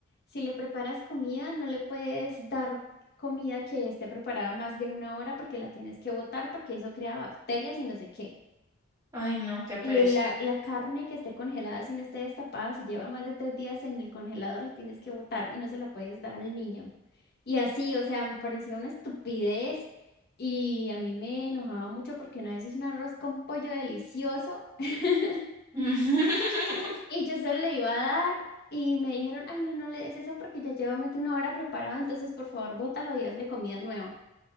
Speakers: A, on the left; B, on the right.
A: si le preparas comida, no le puedes dar comida que esté preparada más de una hora porque la tienes que botar porque eso crea bacterias y no sé qué.
B: Ay, no, qué
A: Y
B: pereza.
A: la, la carne que esté congelada, si no esté destapada, si lleva más de tres días en el congelador, la tienes que botar y no se la puedes dar al niño. Y así, o sea, me parecía una estupidez y a mí me enojaba mucho porque una vez hice un arroz con pollo delicioso <laughs>
B: <laughs>
A: y yo se lo iba a dar y me dijeron, ay, no, no le des eso porque ya lleva más de una hora preparado, entonces por favor bótalo y hazle comida nueva.